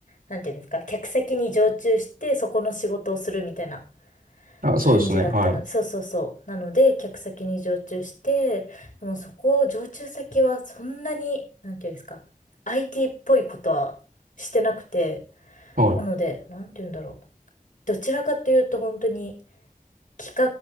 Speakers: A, on the left; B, on the right.
A: なんていうんですか、客席に常駐して、そこの仕事をするみたいな
B: あ、
A: 感じだったので、
B: そうですね、はい、
A: そうそうそう。なので、客先に常駐して、でもそこ、常駐先はそんなに、なんていうんですか、IT っぽいことはしてなくて、
B: はい。
A: なので、なんていうんだろう。どちらかというと本当に企